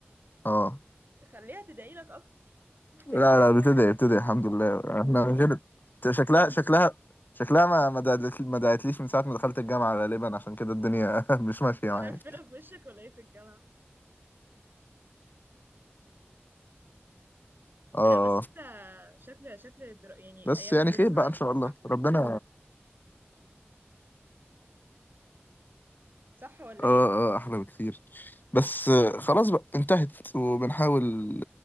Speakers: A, on the left (about 45°); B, on the right (about 55°).
A: اه
B: خليها تدعي لك اكتر محتاجين
A: لا
B: الدعاء
A: لا بتدعي بتدعي الحمد لله احنا من غير شكلها شكلها شكلها ما ما دعت- ما دعتليش من ساعة ما دخلت الجامعة غالبا عشان كده الدنيا <laughs> مش ماشية
B: مقفله
A: معايا
B: في وشك ولا ايه في الجامعه
A: اه
B: لا بس انت
A: آه.
B: شكل شكل الدرا... يعني
A: بس
B: ايام
A: يعني
B: المدرسه
A: خير بقى
B: عندك
A: ان شاء
B: كانت
A: الله
B: احلى
A: ربنا
B: صح ولا
A: اه
B: ايه
A: اه احلى بكتير بس آه، خلاص بقى انتهت وبنحاول